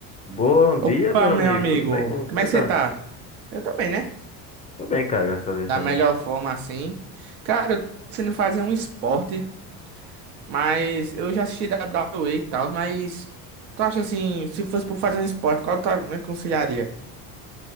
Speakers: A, on the left (about 20°); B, on the right (about 85°).
A: Bom dia,
B: Opa,
A: meu
B: meu
A: amigo.
B: amigo,
A: Tudo bem? Como você
B: como é que
A: tá?
B: você tá? Eu tô bem, né?
A: Tô bem, cara, graças a Deus
B: Da
A: também.
B: melhor forma assim. Cara, eu tô pensando em fazer um esporte, mas eu já assisti WWE e e tal, mas tu acha assim, se fosse por fazer um esporte, qual tu me aconselharia?